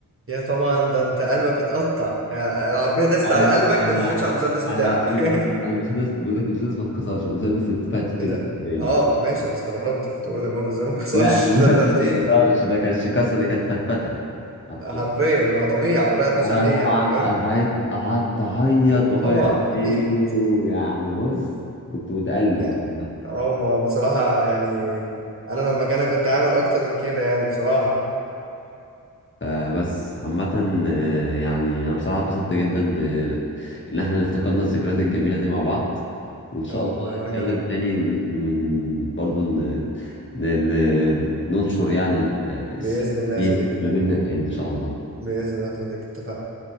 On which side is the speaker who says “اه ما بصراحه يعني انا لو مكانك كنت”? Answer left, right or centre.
Right